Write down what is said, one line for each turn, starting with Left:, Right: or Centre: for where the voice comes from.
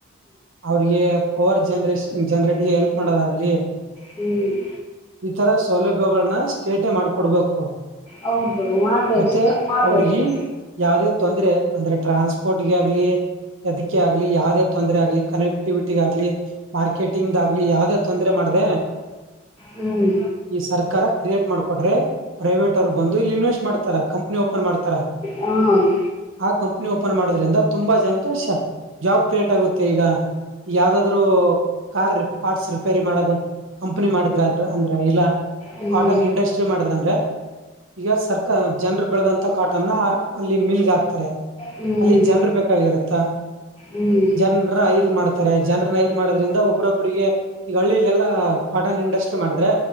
Right: ಅವ್ರಿಗೆ ಪವರ್ ಜನರೇಷ ಜನ್ರಟ್ಟಿಗೆ ಎಲ್ಪ್ ಮಾಡೋದ ಆಗಲಿ
Left: ಹ್ಮ್ ಹ್ಮ್
Right: ಈತರ ಸೌಲಭ್ಯಗಳನ್ನ ಸ್ಟೇಟೇ ಮಾಡಕೊಡ್ಬೇಕು
Left: ಹೌದು ಮಾಡ್ಬೇಕು
Right: ಮತ್ತೆ
Left: ಸ್ಟೇಟ್ ಮಾಡ್ಬೇಕು
Right: ಅವ್ರಗಿ ಯಾವದೇ ತೊಂದ್ರರೆ ಅಂದ್ರೆ ಟ್ರಾನ್ಸ್ಪೋರ್ಟ್ಗೆ ಅದಕ್ಕೆ ಆಗಲಿ ಯಾವದ ತೊಂದರೆ ಆಗ್ಲಿ ಕನೆಕ್ಟಿವಿಟಿ ಲಿ ಮಾರ್ಕೆಟಿಂಗ್ಗಲಿ ಯಾವ್ದೇ ತೊಂದರೆ ಮಾಡ್ದ
Left: ಹ್ಮ್
Right: ಈ ಸರ್ಕಾರ ಕ್ರಿಯೇಟ್ ಮಾಡ ಕೊ್ರೆ ಪ್ರೈವೇಟ್ ಅವ್ರು ಬಂದು ಇಲ್ಲಿ ಇನ್ವೆಸ್ಟ್ ಮಾಡ್ತ ಕಂಪನಿ ಮಾಡ್ತಾರ
Left: ಹಾ ಹ್ಮ್
Right: ಆ ಕಂಪನಿ ಓಪನ್ ಮಾಡೋದ್ರಿಂದ ತುಂಬಾ ಜನ ಕಶ ಜಾಬ್ ಲೇಟ್ ಆಗುತ್ತೆ ಈಗ ಯಾವ್ದಾದ್ರು ಕಾರ್ ಪಾರ್ಟ್ಸ್ ರಿಪೇರಿ ಮಾಡದು ಕಂಪನಿ ಮಾಡಿದ್ರ್ರ ಅಂದ್ರೆ ಇಲ್ಲ
Left: ಹ್ಮ್
Right: ಕಾಟನ್ ಇಂಡಸ್ಟ್ರಿ ಮಾಡಿದ್ರ ಅಂದ್ರೆ ಈಗ ಸರ್ಕ ಜನರು ಬೆಳದಂತ ಕಾಟನ್ನ ಅಲ್ಲಿ ಮಿಲ್ಗೆ ಹಾಕ್ತಾರೆ
Left: ಹ್ಮ್
Right: ಅಲ್ಲಿ ಜನ್ರ ಬೇಕಾಗಿರುತ್ತ
Left: ಹ್ಮ್
Right: ಜನ್ರ ಐರ್ ಮಾಡ್ತಾರೆ ಜನ್ರೈ ಮಾಡದ್ರಿಂದ ಒಬ್ಬ್ರೊಬ್ಬ್ರಿಗೆ ಈಗ ಹಳ್ಳಿಲಿ ಎಲ್ಲಾ ಕಾಟನ್ ಇಂಡಸ್ಟ್ರಿ ಮಾಡಿದ್ರೆ